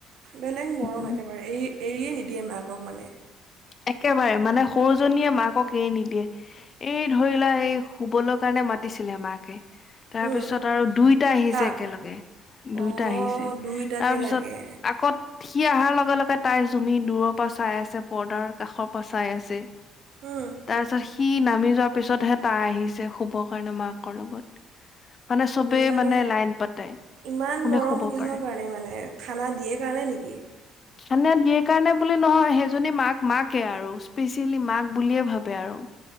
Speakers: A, on the right (about 60°); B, on the left (about 40°).
A: বেলেগ মৰম
B: উম
A: একেবাৰে, এৰি এৰিয়ে নিদি দিয়ে মাকক মানে
B: একেবাৰে মানে সৰুজনীয়ে মাকক এৰি নিদিয়ে, এই ধৰিলা সেই শুবলৈ কাৰণে মাতিছিলে মাকে তাৰপিছত
A: উম,
B: আৰু দুইটা আহিছে
A: কাক
B: একেলগে, দুইটা
A: অঁ
B: আহিছে,
A: দুইটাকে
B: তাৰপিছত
A: লাগে
B: আ <unintelligible> সি অহাৰ লগে লগে তাই জুমি দূৰৰ পৰা চাই আছে। পৰ্দাৰ কাষৰ পৰা চাই আছে
A: উম,
B: তাৰপিছত সি নামি যোৱাৰ পিছতহে তাই আহিছে শুবৰ কাৰণে মাকৰ লগত মানে চবেই
A: মানে
B: লাইন পাতে
A: ইমান
B: কোনে
A: মৰম
B: শুব
A: কিহৰ
B: পাৰে
A: কাৰণে মানে খানা দিয়ে কাৰণে নেকি
B: সানে দিয়ে কাৰণে বুলি নহয় সেইজনী মাক মাকে আৰু স্পেচিয়েলি মাক বুলিয়ে ভাবে আৰু।